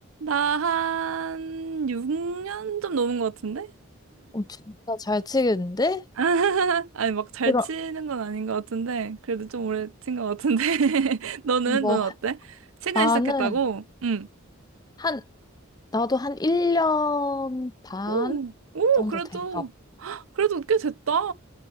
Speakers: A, on the right; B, on the left.
A: 나 한 6년 좀 넘은 것 같은데?
B: 어, 진짜 잘 치겠는데?
A: <laughs> 아니, 막 잘
B: 그럼,
A: 치는 건 아닌 것 같은데. 그래도 좀 오래 친 것 같은데. <laughs> 너는?
B: 뭐,
A: 너는 어때? 최근에
B: 나는
A: 시작했다고? 응.
B: 한, 나도 한 1년 반
A: 오, 오,
B: 정도
A: 그래도,
B: 될까?
A: 그래도 꽤 됐다.